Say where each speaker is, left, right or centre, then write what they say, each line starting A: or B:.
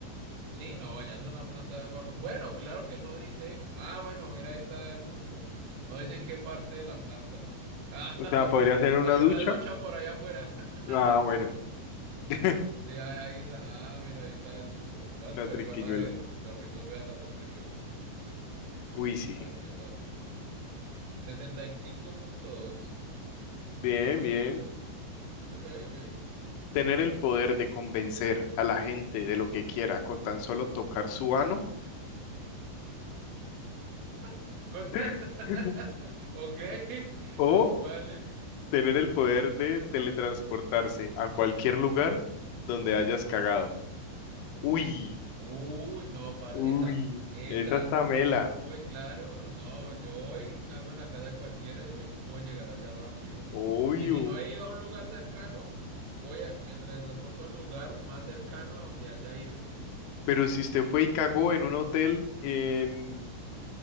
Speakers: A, on the right; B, on the left.
A: Sí, no, bañarse en una planta de agua. Bueno, claro que no dice. Ah, bueno, mira, ahí está el truco. No dicen qué parte de la planta. Ah,
B: O sea, podría
A: <laughs>
B: ser en
A: hay
B: una ducha.
A: una ducha por allá afuera. <laughs>
B: Ah, bueno, <laughs>
A: Sí, ahí, ahí está. Ah, mira, ahí está el truco. Vas
B: la
A: a averiguar
B: triquiñuela.
A: la de dormir dos veces a la semana, que pues, sí, sí.
B: Uy, sí.
A: A ver qué tal. 65.2.
B: Bien,
A: Escogió
B: bien.
A: esa. Ok, ok.
B: Tener el poder de convencer a la gente de lo que quiera con tan solo tocar su ano
A: <laughs> Contra-
B: <laughs>
A: <laughs> Ok,
B: o
A: vale.
B: tener el poder de teletransportarse a cualquier lugar donde hayas cagado. Uy,
A: Uy, no, par-
B: uy,
A: esa, esa.
B: esa está mela.
A: Uy, claro, no, yo hoy cago en la casa de cualquiera y luego puedo llegar allá rápido.
B: Obvio,
A: Y si no he ido a un lugar cercano, voy a, me transporto al lugar más cercano a donde haya ido.
B: pero si usted fue y cagó en un hotel en,